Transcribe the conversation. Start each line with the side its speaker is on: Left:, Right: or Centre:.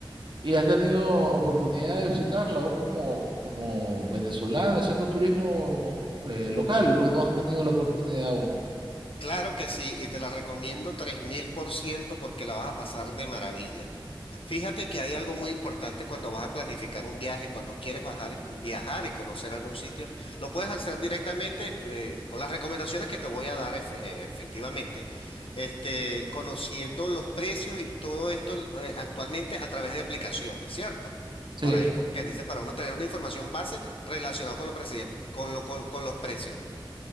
Right: ¿Y has tenido oportunidad de visitarla vos como, como venezolano haciendo turismo eh, local o no has tenido la oportunidad aún?
Left: Claro que sí, y te la recomiendo 3000% porque la vas a pasar de maravilla. Fíjate que hay algo muy importante cuando vas a planificar un viaje, cuando quieres bajar y- viajar y conocer algún sitio, lo puedes hacer directamente eh, con las recomendaciones que te voy a dar efe- eh, efectivamente, este, conociendo los precios y todo esto eh, actualmente a través de aplicaciones, ¿cierto?
Right: Sí,
Left: Por ahí como que dice para uno tener una información base relacionada con los presidentes, con lo, con con los precios.